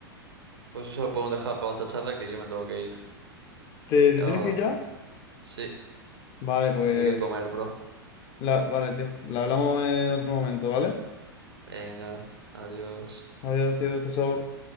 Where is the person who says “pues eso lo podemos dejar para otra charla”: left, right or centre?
Right